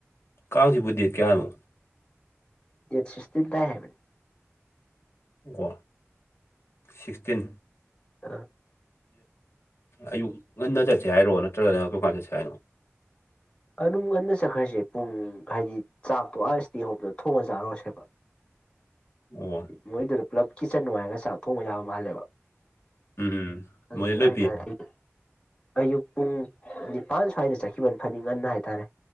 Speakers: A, on the left; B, on the left.
A: ꯀꯥꯡꯁꯤꯕꯨ ꯗꯦꯠ ꯀꯌꯥꯅꯣ
B: ꯌꯦꯠ ꯁꯤꯛꯁꯇꯤꯟ ꯇꯥꯏ ꯍꯥꯢꯕꯅꯦ
A: ꯑꯣ ꯁꯤꯛꯁꯇꯤꯟ
B: ꯑ
A: ꯑꯌꯨꯛ ꯉꯟꯅ ꯆꯠꯁꯦ ꯍꯥꯏꯔꯣ ꯅꯠꯇ꯭ꯔꯒꯅ ꯀꯩꯔꯝ ꯀꯥꯟ ꯆꯠꯁꯦ ꯍꯥꯏꯅꯣ
B: ꯑꯗꯨꯝ ꯉꯟꯅ ꯆꯠꯈ꯭ꯔꯁꯦ ꯄꯨꯡ ꯍꯥꯏꯗꯤ ꯆꯥꯛ ꯇꯣꯛꯑ ꯏꯁꯇꯦ ꯑꯣꯝꯗ ꯊꯣꯡꯉ ꯆꯥꯔꯨꯔꯁꯦꯕ
A: ꯑꯣ ꯎꯝ
B: ꯃꯣꯏꯗꯨꯗ ꯄꯨꯂꯞ ꯀꯤꯆꯟ ꯅꯨꯡꯉꯥꯏꯔꯒ ꯆꯥꯛ ꯊꯣꯡꯕ ꯌꯥꯕ ꯃꯥꯜꯂꯦꯕ
A: ꯎꯝ
B: ꯑꯗꯨꯅ
A: ꯃꯣꯏ ꯂꯣꯏ
B: ꯍꯥꯏꯇꯥꯔꯦ
A: ꯄꯤ
B: ꯑꯩ ꯑꯌꯨꯛ ꯄꯨꯡ ꯅꯤꯄꯥꯜ ꯁ꯭ꯋꯥꯏꯗ ꯆꯠꯈꯤꯕ ꯐꯅꯤ ꯉꯟꯅ ꯍꯥꯏꯇꯥꯔꯦ